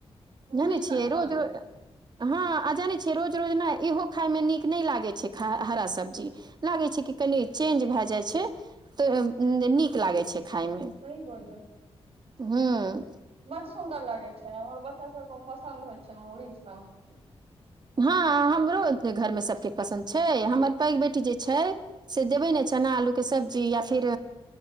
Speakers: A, on the right; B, on the right.
A: मुरही
B: जानै छियै
A: संग खा
B: रोज
A: लो
B: रोज हँ आ जानै छियै रोज रोज ने इहो खायमे नीक नहि लागैत छै हरा सब्जी लागै छै कि कनि चेंज भए जाइ छै तऽ नीक लागैत छै खायमे
A: सही बोलह
B: हँ
A: बड सुन्दर लागै छै हमर बच्चा सबके पसन्द होइ छै मुरी सब
B: हँ हमरो घरमे सभके पसन्द छै हमर पैघ बेटी जे छै से देबै ने चना आलू के सब्जी या फिर